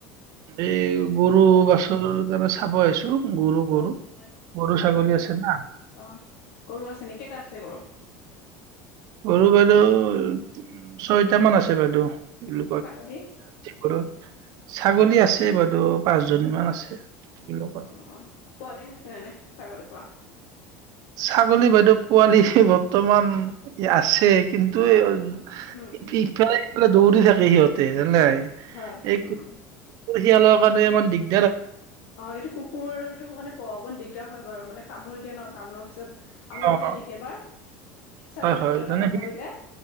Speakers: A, on the right; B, on the left.
A: এই গৰু
B: হয়
A: বাচৰু তাৰ খাব আহিছো। গৰু গৰু।
B: অ হয়
A: গৰু ছাগলী
B: অ',
A: আছে না
B: অ', গৰু আছে নে কেইটা আছে গৰু?
A: ৰু বাইদেউ উ ছয়ট মান আছে বাইদেউ এই য
B: ছাগলী
A: কৰো। ছাগলী আছে বাইদেউ পাঁচ জনী মান আছে। কি বুলি কয়
B: অ', অ', পোৱালি হৈছে ন নে? ছাগলী পোৱালি।
A: ছাগলী বাইদেউ পোৱালি বৰ্তমান আছে কিন্তু ইফালে
B: হয় উম উম
A: ইফাল দৌৰি থাকে সিহঁতে যানে নে নাই।
B: হয়
A: এই
B: উ'ম।
A: কুকুৰ শিয়ালৰ কাৰণে ইমান দিগদ
B: অ', এইটো কুকুৰতটো মানে প অকমান দিগদ দিগদাৰ হয় বাৰু মানে কামোৰি দিয় ন কামোৰাৰ পিছত। আমাৰো
A: অ'
B: তেনেকেবাৰ ছাগলী
A: হয় হয়
B: পোৱল এটা
A: তাৰমানে
B: কামুৰিলে।
A: সি